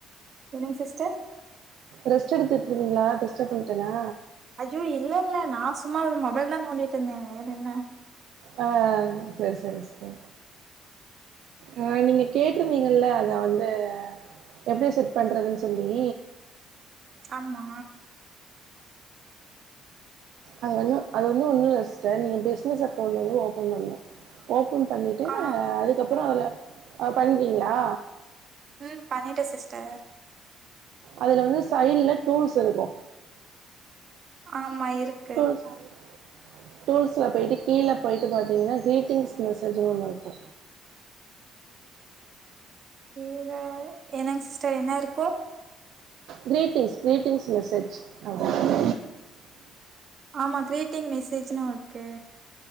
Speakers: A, on the right; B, on the right.
A: என்னங் சிஸ்டர்
B: ரெஸ்ட் எடுத்துட்டு இருந்தீங்களா டிஸ்டப் பண்டோனா
A: ஐயோ இல்ல இல்ல நா சும்மா மொபைல நோண்டிட்டு இருந்தே வேற என்ன
B: ஆ சேர் செரி செரி அ நீங்க கேட்டிருந்தீங்கல்ல அத வந்து எப்படி செட் பண்றதுன்னு சொல்லி
A: ஆமா
B: அது வந்து அது வந்து ஒன்னூ இல்ல சிஸ்டர் நீங்க பிஸ்னஸ் அக்கௌண்ட் வந்து ஓப்பன் பண்ணோ ஓப்பன் பண்ணிட்டு
A: ஆ
B: அதுக்கப்றோ அதுல அ பண்வீங்ளா
A: ம் பண்ணீட்ட சிஸ்டர்
B: அதுல வந்து சைட்ல டூல்ஸ் இருக்கு
A: ஆமா இருக்
B: டூல்ஸ் மாரி டூல்ஸ்ல போயிட்டு கீழ போய்ட்டு பாத்தீங்கனா கிரீட்டிங்ஸ் மெசேஜுனு ஓன்னு இருக்கு
A: கீழ என்னங் சிஸ்டர் என்ன இருக்கு
B: கிரீட்டிங்ஸ் கிரீட்டிங்ஸ் மெசேஜ் <inaudible>
A: ஆமா கிரீட்டிங் மெசேஜ்ன்னு இருக்கு